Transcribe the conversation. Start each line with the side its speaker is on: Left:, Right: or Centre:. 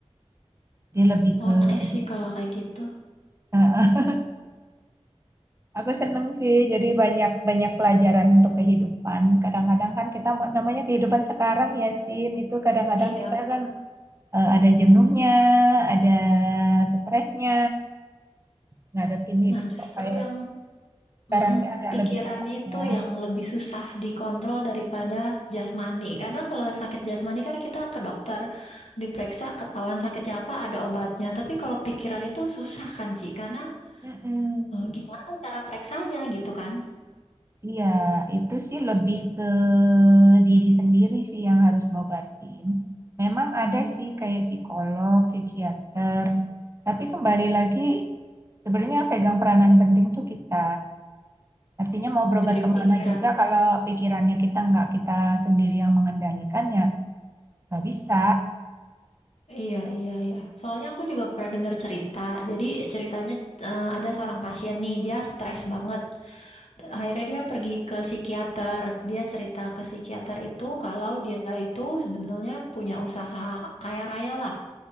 Right: Dia lebih
Left: Oh,
Right: ke
Left: nice
Right: edukasi.
Left: sih kalau kayak gitu.
Right: eh, Aku seneng sih, jadi banyak banyak pelajaran untuk kehidupan. Kadang-kadang kan kita ma- namanya kehidupan sekarang ya, Sin, itu kadang-kadang
Left: Iya,
Right: kita
Left: betul.
Right: kan eh, ada jenuhnya, ada stresnya, ngadepin
Left: Nah,
Right: hidup
Left: justru
Right: kok kayak
Left: yang
Right: sekarang
Left: mm-mm,
Right: ini agak
Left: pikiran
Right: lebih susah
Left: itu
Right: ya.
Left: yang lebih susah dikontrol daripada jasmani. Karena kalau sakit jasmani kan kita ke dokter, diperiksa, ketahuan sakitnya apa, ada obatnya. Tapi kalau pikiran itu susah kan, Ci? Karena
Right: Mm-mm.
Left: eh, gimana cara periksanya gitu kan?
Right: Iya, itu sih lebih ke diri sendiri sih yang harus ngobatin. Memang
Left: Hmm,
Right: ada sih kayak psikolog, psikiater, tapi kembali lagi sebenarnya yang pegang peranan penting tuh kita. Artinya mau berobat
Left: dari
Right: kemana
Left: pikiran.
Right: juga kalau pikirannya kita nggak kita sendiri yang mengendalikan ya nggak bisa.
Left: Iya, iya, iya. Soalnya aku juga pernah dengar cerita. Jadi ceritanya eh, ada seorang pasien nih, dia stres banget. Akhirnya dia pergi ke psikiater. Dia cerita ke psikiater itu kalau dia itu sebenarnya punya usaha kaya raya lah.